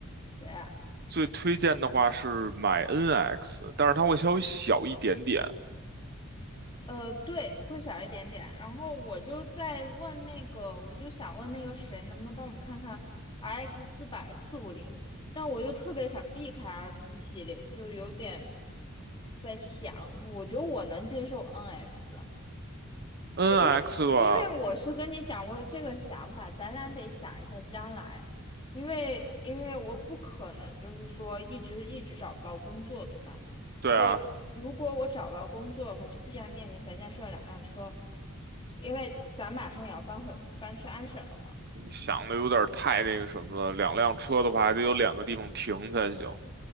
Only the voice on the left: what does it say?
谁啊？
呃，对，会小一点点。然后我就在问那个，我就想问那个谁，能不能帮我们看看 RX 四百四五零？但我又特别想避开 RX 系列，就是有点在想，我觉得我能接受 NX，
对，因为因为我是跟你讲，
我有这个想法，咱俩得想一下将来，因为因为我不可能就是说一直一直找不到工作，对吧？
所以如果我找到工作的话，就必然面临咱家需要两辆车，因为咱马上也要搬回搬去安省了嘛。